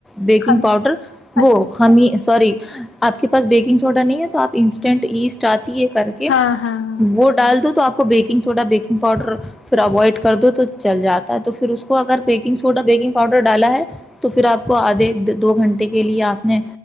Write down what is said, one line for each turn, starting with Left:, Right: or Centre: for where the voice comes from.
Centre: بیکنگ
Left: کھا-
Centre: پاؤڈر
Left: اچ-
Centre: وہ خامی سوری اپ کے پاس بیکنگ چھوٹا نہیں ہے تو اپ انسٹنٹ ایسٹ یہ کر کے
Left: ہاں ہاں ہاں
Centre: وہ ڈال دو تو اپ کو بیکنگ سوڈا بیکنگ پاؤڈر فراوائٹ کر دو تو چل جاتا ہے تو پھر اس کو اگر پیکنگ سوڈا بیکنگ پاؤڈر ڈالا ہے تو پھر اپ کو ادھے دو گھنٹے کے لیے اپ نے